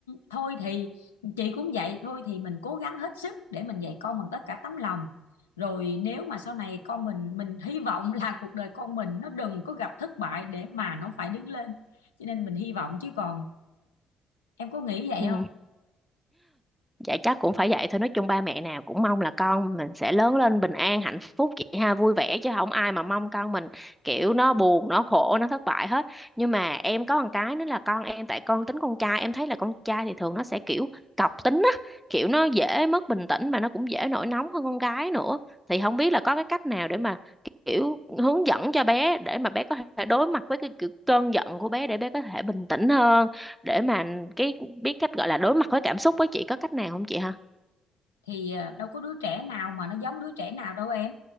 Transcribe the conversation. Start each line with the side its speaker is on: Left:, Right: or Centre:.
Left: thôi thì chị cũng vậy thôi thì mình cố gắng hết sức để mình dạy con bằng tất cả tấm lòng rồi nếu mà sau này con mình mình hy vọng là cuộc đời con mình nó đừng có gặp thất bại để mà nó phải đứng lên cho nên mình hy vọng chứ còn em có nghĩ vậy
Centre: Ừ.
Left: không
Centre: Dạ chắc cũng phải vậy thôi nói chung ba mẹ nào cũng mong là con mình sẽ lớn lên bình an hạnh phúc chị ha vui vẻ chứ không ai mà mong con mình kiểu nó buồn nó khổ nó thất bại hết nhưng mà em có một cái nữa là con em tại con tính con trai em thấy là con trai thì thường nó sẽ kiểu cọc tính á kiểu nó dễ mất bình tĩnh mà nó cũng dễ nổi nóng hơn con gái nữa thì không biết là có cái cách nào để mà kiểu hướng dẫn cho bé để mà bé có thể đối mặt với cái kiểu cơn giận của bé để bé có thể bình tĩnh hơn để mà cái biết cách gọi là đối mặt với cảm xúc với chị có cách nào không chị ha
Left: thì ờ, đâu có đứa trẻ nào mà nó giống đứa trẻ nào đâu em